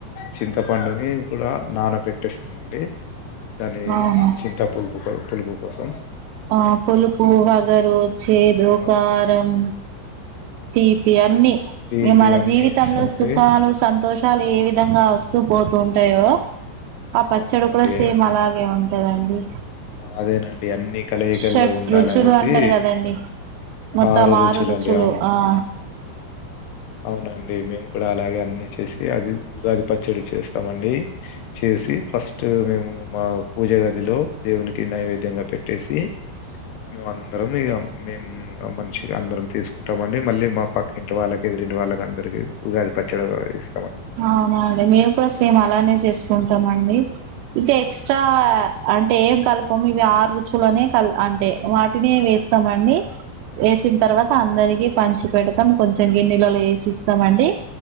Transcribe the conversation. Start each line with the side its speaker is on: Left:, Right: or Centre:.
Left: చింతపండుని కూడా నాన పెట్టేస్తామండి దాని
Right: అవును
Left: చింతపుల్ పు పులుపు కోసం
Right: ఆ పులుపు వగరు చేదు
Left: ఆ,
Right: కారం తీపి అన్నీ
Left: తీపి
Right: మన
Left: అన్ని
Right: జీవితంలో
Left: ఇస్తామండి
Right: సుఖాలు సంతోషాలు ఏ విధంగా వస్ తు పోతూ ఉంటాయో ఆ పచ్చడి
Left: అవునండి
Right: కూడా సేమ్ అలాగే ఉన్ టదండి
Left: అదేనండి అన్ని కలయికలు
Right: షట్
Left: ఉండాలనేసి
Right: రుచులు అంటారు కదండి మొత్తం
Left: ఆరు రుచులండి
Right: రుచులు
Left: అవును
Right: ఆ
Left: అవునండి మేము కూడా అలాగే అన్ని చేసి అది ఉగాది పచ్చడి చేస్తామండి చేసి ఫస్ట్ మేము మా పూజ గదిలో దేవునికి నైవేద్యంగా పెట్టేసి మేము అందరం ఇక మేమ్ మంచిగ అందరం తీసుకుంటామ అండి మళ్ళీ మా పక్కింటి వాళ్ళకి ఎదిరింటి వాళ్ళ అందరికి ఉగాది పచ్చడి ఇస్
Right: అవునా అండి మేము కూడా సేమ్ అలానే చేసుకుంటామండి ఇంకా ఎక్స్ట్రా అంటే ఏం కల్పం ఇవి ఆరు రుచులనే కల్ అంటే వాటిని వేస్తామండి ఏసిన తర్వాత
Left: అవును
Right: అందరికి పంచు పెడతాం కొంచెం గిన్నెలలో ఏసి ఇస్తామండి